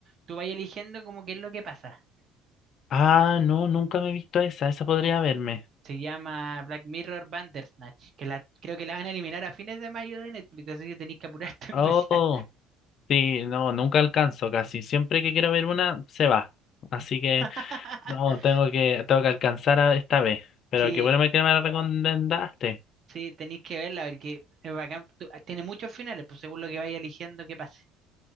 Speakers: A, on the right; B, on the left.
A: Tú vas eligiendo como qué es lo que pasa.
B: Ah, no, nunca me he visto esa, esa podría verme.
A: Se llama Black Mirror Bandersnatch, que la, creo que la van a eliminar a fines de mayo de Netflix, así que tenéis que apurarte a empezar.
B: Oh, sí, no, nunca alcanzo casi, siempre que quiero ver una, se va. Así que...
A: <laughs>
B: No, tengo que, tengo que alcanzar a esta vez. Pero
A: Sí,
B: qué bueno que me lo recomendaste.
A: sí, tenéis que verla, porque es bacán. tú- ah, Tiene muchos finales, pues según lo que vaya eligiendo, que pase.